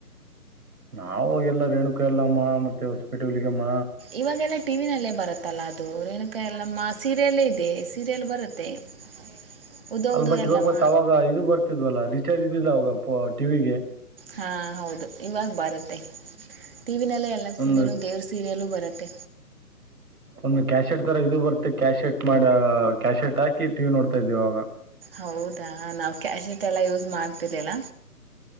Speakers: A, on the right; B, on the right.
A: ನಾವವು ಎಲ್ಲ ರೇಣುಕಾ ಎಲ್ಲಮ್ಮ ಮತ್ತೆ ಹೊಸ್ಪೇಟೆಗಮ್ಮ
B: ಇವಾಗೆಲ್ಲ ಟಿ ವಿ ನಲ್ಲೇ ಬರುತ್ತಲ್ಲ ಅದು ರೇಣುಕಾ ಎಲ್ಲಮ್ಮ ಸೀರಿಯಲ್ಲೇ ಇದೆ ಸೀರಿಯಲ್ ಬರುತ್ತೆ. <inaudible>
A: ಅಲ್ ಬಟ್
B: ಯಲ್ಲಮ್ಮ
A: ಇವಾಗ ಬರ್ ಅವಾಗ ಇದು ಬರ್ತಿದ್ವಲ್ಲ ರೀಚಾರ್ಜ್ ಇದ್ದಿದ್ದ ಅವಾಗ ಟಿವಿಗೆ.
B: ಹಾ ಹೌದು ಇವಾಗ ಬರುತ್ತೆ. ಟಿ ವಿ ನಲ್ಲೇ ಎಲ್ಲ ಸೀರಿಯಲ್ಲೂ
A: ಒಂದು
B: ದೇವ್ರ ಸೀರಿಯಲ್ಲೂ ಬರುತ್ತೆ.
A: ಒಂದು ಕ್ಯಾಶೆಟ್ ತರ ಇದು ಬರ್ತ್ತೆ ಕ್ಯಾಶೆಟ್ ಮಾಡಿ ಕ್ಯಾಶೆಟ್ ಹಾಕಿ ಟಿ ವಿ ನೋಡ್ತಾ ಇದ್ವಿ ಅವಾಗ.
B: ಹೌದಾ ನಾವು ಕ್ಯಾಶೆಟ್ ಎಲ್ಲಾ ಯೂಸ್ ಮಾಡ್ತಿದ್ದಿಲ್ಲಾ.